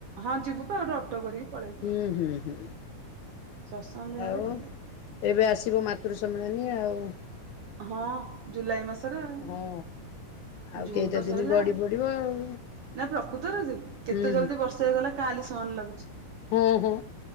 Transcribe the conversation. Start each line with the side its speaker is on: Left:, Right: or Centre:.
Right: ହଁ ଯିବୁ ପା ଗୋଟେ ଅଟୋ କରିକି ପଳେଇବୁ
Left: ହୁଁ
Right: ଆଉ।
Left: ହୁଁ ହୁଁ
Right: ଶତ୍ସଙ୍ଗ ବିହାର
Left: ଆଉ
Right: ରେ ଭଲ ଲାଗିବ।
Left: ଏବେ ଆସିବ ମାତୃ ସମ୍ମିଳନୀ ଆଉ।
Right: ହଁ ଜୁଲାଇ ମାସରେ ଆଉ।
Left: ହଁ ଆଉ
Right: ଜୁନ
Left: କେଇଟା
Right: ତ ସଇଲା
Left: ଦିନ ଗଡି
Right: ଆଉ।
Left: ପଡିବ ଆଉ
Right: ନା ପ୍ରକୃତରେ ଯେ
Left: ହୁଁ
Right: କେତେ ଜଲଦି ବର୍ଷ ତ ହେଇଗଲା କାଲି ସନ୍ ଲାଗୁଚି।
Left: ଓ ହୋ।